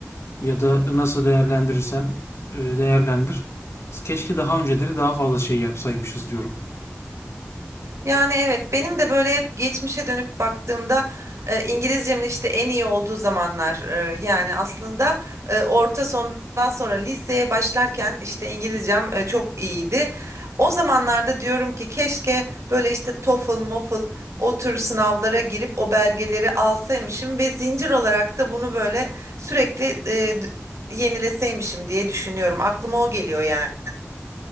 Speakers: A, on the left; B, on the right.
A: Ya da nasıl değerlendirirsen e, değerlendir. Keşke daha önceleri daha fazla şey yapsaymışız diyorum.
B: Yani evet benim de böyle hep geçmişe dönüp baktığımda e, İngilizcemin işte en iyi olduğu zamanlar e, yani aslında e, orta sondan sonra liseye başlarken işte İngilizcem e, çok iyiydi. O zamanlarda diyorum ki keşke böyle işte TOEFL, MOFL o tür sınavlara girip o belgeleri alsaymışım ve zincir olarak da bunu böyle sürekli e, d- yenileseymişim diye düşünüyorum. Aklıma o geliyor yani.